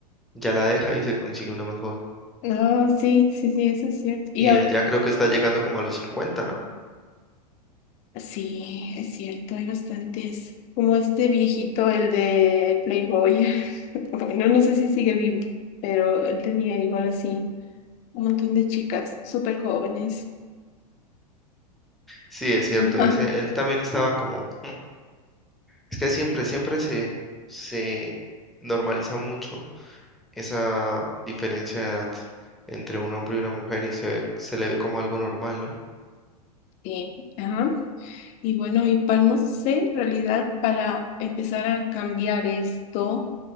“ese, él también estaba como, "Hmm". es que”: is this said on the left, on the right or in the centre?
Centre